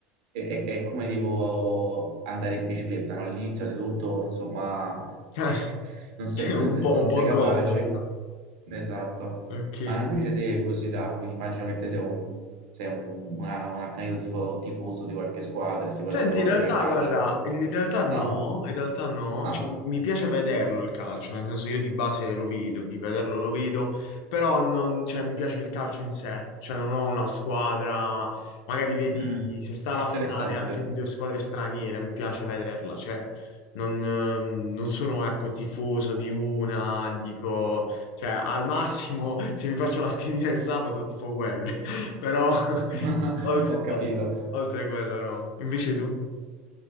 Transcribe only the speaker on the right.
È, è- è come tipo andare in bicicletta, no? All'inizio sei tutto, insomma,
<laughs>
non sei,
non
sei
capace.
Esatto.
Ma invece te, curiosità, quindi immagino che te sei un, sei un, una- un accanito tifo- tifoso di qualche squadra e sicuramente
guarderai
il calcio.
No?
Ah,
mm,
interessante.
<laughs>
Ho capito.